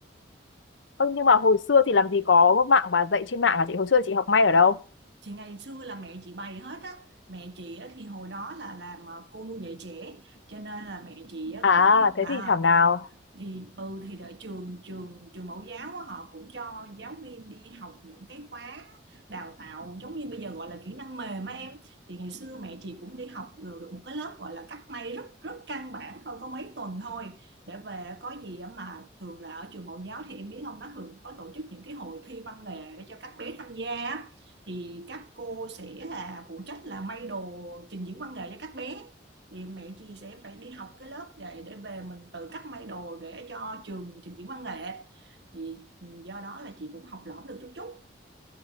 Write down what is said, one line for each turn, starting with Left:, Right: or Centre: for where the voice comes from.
Left: Ơ nhưng mà hồi xưa thì làm gì có mạng mà dạy trên mạng à chị? Hồi xưa chị học may ở đâu?
Right: thì ngày xưa là mẹ chị bày hết á mẹ chị á, thì hồi đó là làm ờ, cô nuôi dạy trẻ cho nên là mẹ chị á,
Left: À
Right: cũng
Left: thế
Right: à,
Left: thì thảo nào.
Right: thì ừ thì ở trường trường trường mẫu giáo á, họ cũng cho giáo viên đi học những cái khóa đào tạo giống như bây giờ gọi là kỹ năng mềm á em thì ngày xưa mẹ chị cũng đi học được được một cái lớp gọi là cắt may rất rất căn bản thôi có mấy tuần thôi để về có gì á mà thường là ở trường mẫu giáo thì em biết không nó thường có tổ chức những cái hội thi văn nghệ để cho các bé tham gia á. thì các cô sẽ là phụ trách là may đồ trình diễn văn nghệ cho các bé thì mẹ chị sẽ phải đi học cái lớp để để về mình tự cắt may đồ để cho trường trình diễn văn nghệ thì do đó là chị cũng học lỏm được chút chút